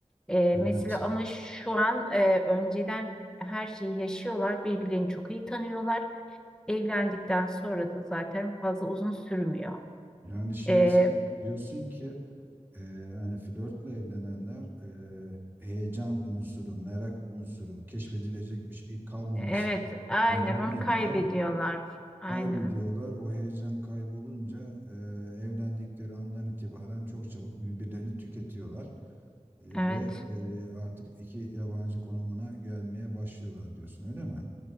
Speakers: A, in the centre; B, on the right.
A: E,
B: Evet.
A: mesela ama şu an e, önceden her şeyi yaşıyorlar, birbirlerini çok iyi tanıyorlar. Evlendikten sonra da zaten fazla uzun sürmüyor.
B: Yani şimdi
A: E,
B: sen diyorsun ki e, hani flörtle evlenenler e, heyecan unsuru, merak unsuru, keşfedilecek bir şey kalmaması
A: Evet, aynen
B: nedeniyle
A: onu kaybediyorlar. Aynen.
B: kaybediyorlar. O heyecan kaybolunca e, evlendikleri andan itibaren çok çabuk birbirlerini tüketiyorlar. E,
A: Evet.
B: ve e, artık iki yabancı konumuna gelmeye başlıyorlar diyorsun öyle mi?